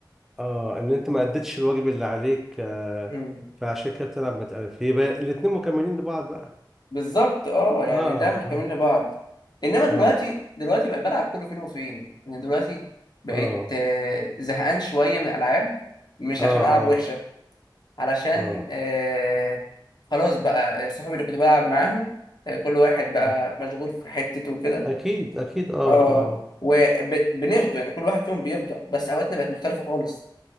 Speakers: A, in the centre; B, on the left.
A: اه ان انت ما اديتش الواجب اللي عليك آه
B: مم.
A: فعشان كده بتلعب متألف هي بقى الاتنين مكملين لبعض بقى
B: بالظبط اه يعني
A: اه
B: ده مكملين
A: اه
B: لبعض انما دلوقتي
A: اه
B: دلوقتي بقيت بلعب كله فين وفين يعني دلوقتي بقيت
A: اه
B: آه، زهقان شويه من الالعاب مش
A: اه
B: عشان العب
A: آه.
B: وحشه علشان
A: اه
B: آه، خلاص بقى آه، صحابي اللي كنت بلعب معاهم آه، كل واحد بقى
A: آه.
B: مشغول في حتته وكده
A: اكيد اكيد اه
B: اه
A: اه
B: وبنفضوا يعني كل واحد فيهم بيفضى بس اوقاتنا بقت مختلفه خالص